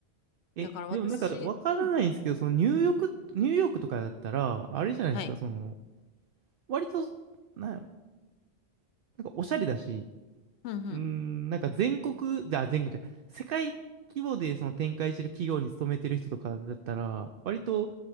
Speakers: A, on the right; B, on the left.
A: え、
B: だから私、
A: でもなんかわからないんですけど、
B: うん。
A: そのニューヨーク、ニューヨークとかだったら、あれじゃないですか、
B: はい。
A: その、割と、なんやろ、なんかおしゃれだし、
B: うんうん。
A: うーん、なんか全国、じゃあ全国じゃない、世界規模でその展開してる企業に勤めてる人とかだったら、割と、